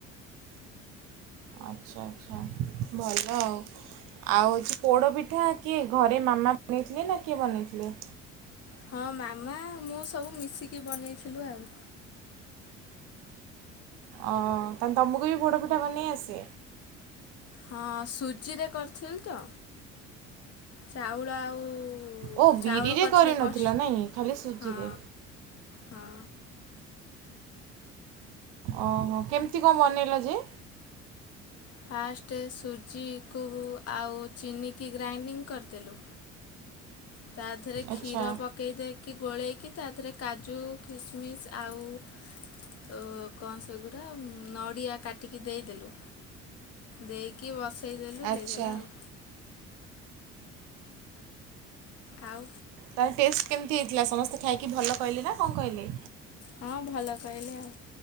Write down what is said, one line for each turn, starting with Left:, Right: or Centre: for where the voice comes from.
Right: ଆଛା ଆଛା ଭଲ ଆଉ। ଆଉ ହଉଛି ପୋଡ଼ ପିଠା କିଏ ଘରେ ମାମା ବନେଇଥିଲେ ନା କିଏ ବନେଇଥିଲେ?
Left: ହଁ ମାମା ମୁଁ ସବୁ ମିଶିକି ବନେଇଥିଲୁ ଆଉ।
Right: ଅ ତାନେ ତମକୁ ବି ପୋଡ଼ ପିଠା ବନେଇ ଆସେ?
Left: ହଁ ସୁଜିରେ କରିଥିଲି ତ ଚାଉଳ ଆଉ
Right: ଓ
Left: ଚାଉଳ
Right: ବିରିରେ
Left: କରିଥିଲେ
Right: କରିନଥିଲ
Left: କଷ
Right: ନାଇଁ ଖାଲି ସୁଜିରେ
Left: ହଁ ହଁ।
Right: ଅ ହଁ କେମିତି କଣ ବନେଇଲ ଯେ?
Left: ଫାଷ୍ଟ ସୁଜିକୁ ଆଉ ଚିନିିକି ଗ୍ରାଇଣ୍ଡିଙ୍ଗ କରଦେଲୁ। ତା ଧେରେ କ୍ଷୀର
Right: ଆଚ୍ଛା
Left: ପ ପକେଇ ଦେଇକି ଗୋଳେଇକି ତା ଦେରେ କାଜୁ ଖିସମିସ୍ ଆଉ ତୋ କଣ ସେଗୁରା ନଡ଼ିଆ କାଟିକି ଦେଇଦେଲୁ। ଦେଇକି ବସେଇଦେଲୁ
Right: ଆଚ୍ଛା
Left: ହେଇଗଲା ଆଉ। ଆଉ।
Right: ତାର ଟେଷ୍ଟ କେମିତି ହେଇଥିଲା ସମସ୍ତେ ଖାଇକି ଭଲ କହିଲେ ନା କଣ କହିଲେ?
Left: ହଁ ଭଲ କହିଲେ ଆଉ